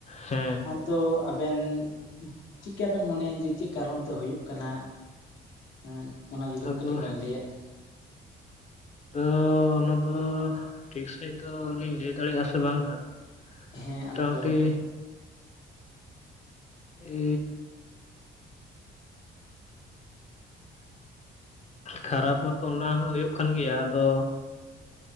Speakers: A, on the left (about 35°); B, on the left (about 75°).
A: ᱦᱮᱸ
B: ᱛᱚ ᱟᱵᱮᱱ ᱪᱤᱠᱟᱹ ᱵᱮᱱ ᱢᱚᱱᱮᱭᱟ ᱡᱮ ᱪᱮᱫ ᱠᱟᱨᱚᱱ ᱛᱮ ᱦᱩᱭᱩᱜ ᱠᱟᱱᱟ ᱦᱮᱸ ᱚᱱᱟ ᱡᱩᱫᱤ
A: ᱟᱫᱚ
B: ᱠᱟᱹᱴᱤᱡ ᱵᱮᱱ ᱞᱟᱹᱭᱟᱜᱼᱟ
A: ᱟᱫᱚ ᱚᱱᱟ ᱫᱚ ᱴᱷᱤᱠ ᱥᱟᱺᱦᱤᱡ ᱫᱚᱞᱤᱧ ᱞᱟᱹᱭ ᱫᱟᱲᱮᱭᱟᱜᱼᱟ ᱥᱮ ᱵᱟᱝ ᱦᱟᱜ ᱢᱚᱴᱟᱢᱚᱴᱤ
B: ᱦᱮᱸ ᱟᱫᱚ
A: ᱮ ᱠᱷᱟᱨᱟᱯ ᱢᱟᱛᱚ ᱚᱱᱟ ᱦᱚᱸ ᱦᱩᱭᱩᱜ ᱠᱟᱱ ᱜᱮᱭᱟ ᱟᱫᱚ